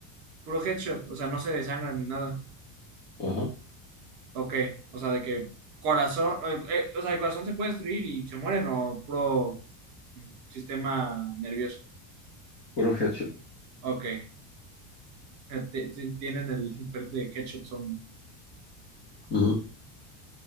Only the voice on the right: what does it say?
Puro headshot, o sea, no se desangran ni nada.
Ok, o sea, de que corazón, eh, eh, o sea, el corazón se puede destruir y se mueren o puro mm, sistema nervioso.
Ok. eh, te- te- tienen el perk de Headshot Zombie.